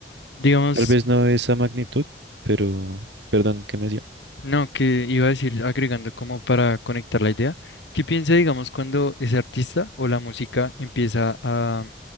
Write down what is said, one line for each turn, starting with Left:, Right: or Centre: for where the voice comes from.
Left: Digamos.
Right: Tal vez no de esa magnitud, pero perdón, ¿qué me decía?
Left: No, que iba a decir, agregando como para conectar la idea, ¿qué piensa, digamos, cuando ese artista o la música empieza a,